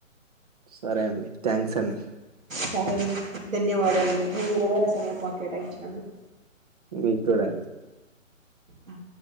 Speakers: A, on the right; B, on the right.
A: సరే అండి థ్యాంక్స్ అండి
B: సరే అండి ధన్యవాదండి మీ విలువైన సమయం మాకే కేటాయించినందుకు
A: మీకు కూడా
B: త